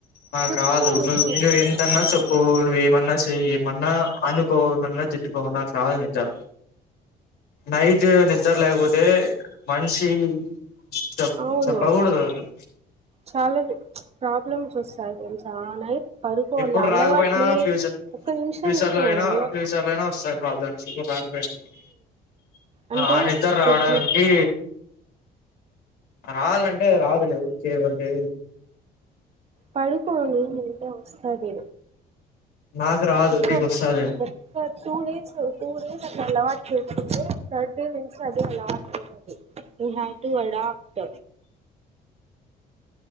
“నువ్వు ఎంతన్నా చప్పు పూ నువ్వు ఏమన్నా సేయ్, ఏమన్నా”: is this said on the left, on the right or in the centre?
Left